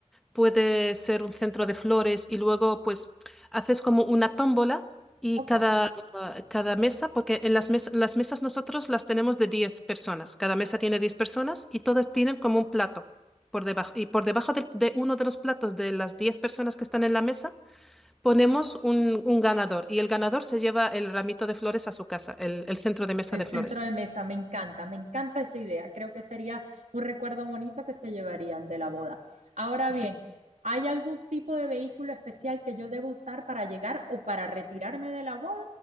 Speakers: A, in the centre; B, on the right (about 80°).
A: puede ser un centro de flores y luego pues haces como una tómbola y
B: Ok.
A: cada, cada mesa, porque en las, mes- las mesas nosotros las tenemos de 10 personas. Cada mesa tiene 10 personas y todas tienen como un plato por debajo. Y por debajo del- de uno de los platos de las 10 personas que están en la mesa Ponemos un, un ganador y el ganador se lleva el ramito de flores a su casa, el, el centro de mesa
B: El
A: de
B: centro
A: flores.
B: de mesa, me encanta, me encanta esa idea. Creo que sería un recuerdo bonito que se llevarían de la boda. Ahora
A: Sí,
B: bien, ¿hay algún tipo de vehículo especial que yo debo usar para llegar o para retirarme de la boda?